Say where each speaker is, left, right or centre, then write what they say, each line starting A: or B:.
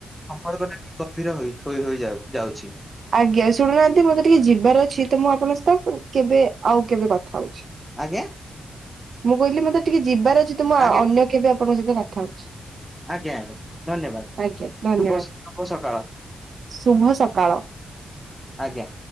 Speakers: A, in the centre; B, on the right (about 50°).
A: ସମ୍ପର୍କରେ <unintelligible> ଗଭୀର ହୁଏ ହୋଇ ହୋଇ ଯାଉ ଯାଉଛି।
B: ଆଜ୍ଞା ଶୁଣୁନାହାନ୍ତି ମତେ ଟିକେ ଯିବାର ଅଛି ତ ମୁଁ ଆପଣଙ୍କ ସହିତ କେବେ ଆଉ କେବେ କଥା ହଉଛି।
A: ଆଜ୍ଞା
B: ମୁଁ କହିଲି ମତେ ଟିକେ ଯିବାର ଅଛି ତମ
A: ଆଜ୍ଞା
B: ଅନ୍ୟ କେବେ ଆପଣଙ୍କ ସହିତ କଥା ହଉଛି।
A: ଆଜ୍ଞା ଆଜ୍ଞା ଧନ୍ୟବାଦ
B: ଆଜ୍ଞା ଧନ୍ୟବାଦ
A: ଶୁ ଶୁଭ ସକାଳ।
B: ଶୁଭ ସକାଳ।
A: ଆଜ୍ଞା